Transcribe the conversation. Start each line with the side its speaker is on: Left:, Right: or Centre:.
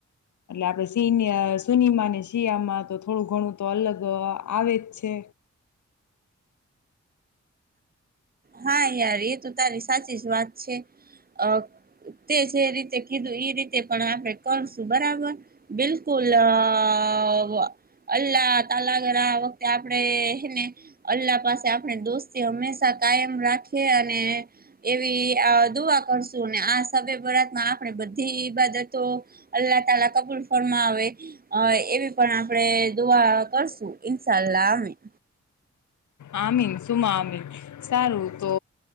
Left: એટલે આપણે સિનયા સુનમા ને શિયામાં તો થોડું ઘણું તો અલગ આવે જ છે.
Right: હા યાર એ તો તારી સાચી જ વાત છે અ તે જે રીતે કીધું એ રીતે પણ આપણે કરશું બરાબર બિલકુલ આ વા અલ્લાહ તાલા અગર આ વખતે આપડે હેને અલ્લાહ પાસે આપણે દોસ્તી હંમેશા કાયમ રાખીએ અને એવી આ દુઆ કરશું અને આ સ્ય બરાતમાં આપણે બધી ઈ બાતો અલ્લાહ તલા કબૂલ ફરમાવે અ એવી પણ આપણે દુ દુવા કરશું ઇન્શાલ્લાહ આમીન.
Left: આમીન સુમા આમીન સારું તો